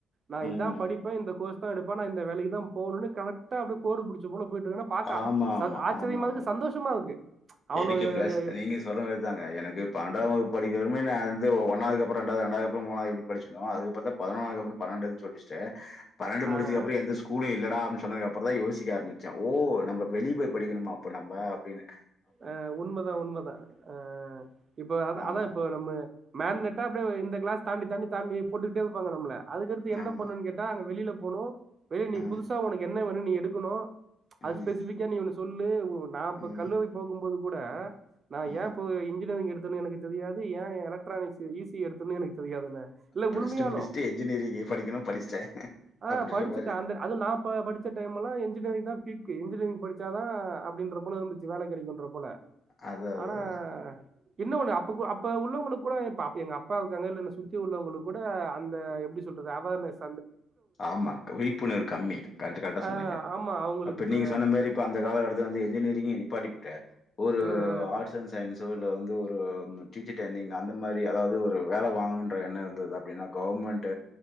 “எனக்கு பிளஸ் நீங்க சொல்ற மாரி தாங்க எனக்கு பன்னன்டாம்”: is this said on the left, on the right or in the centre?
Left